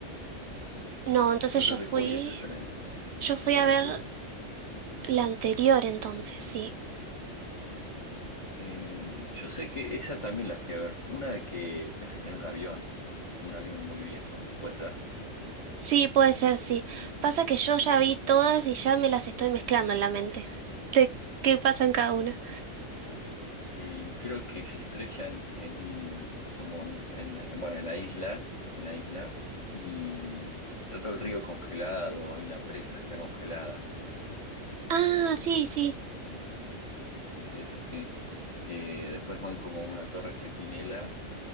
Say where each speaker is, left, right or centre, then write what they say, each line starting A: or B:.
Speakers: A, on the right; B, on the left.
A: No, entonces
B: El 2
A: yo fui,
B: de julio se estrena.
A: yo fui
B: El 2
A: a ver
B: de julio.
A: la anterior entonces, sí.
B: Eh, yo sé que esa también la fui a ver, una de que viajan en un avión, un avión muy viejo, puede ser.
A: Sí, puede ser, sí. Pasa que yo ya vi todas y ya me las estoy mezclando en la mente. ¿De qué pasa en cada una?
B: Eh, creo que se estrellan en un, como en, en- en- bueno, en la isla, una isla, y mm, está todo el río congelado, hay una presa que está congelada,
A: Ah, sí, sí.
B: y sí, es así, que después van como a una torre centinela,